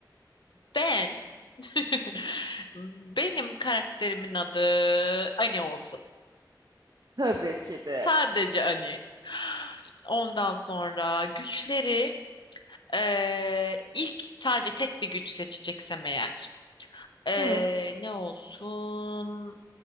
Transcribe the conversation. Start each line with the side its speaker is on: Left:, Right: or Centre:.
Left: Ben <laughs> benim karakterimin adı Ani olsun.
Right: Tabii ki de.
Left: Sadece Ani. Ondan sonra güçleri e, ilk sadece tek bir güç seçeceksem eğer e,
Right: Hı.
Left: ne olsun?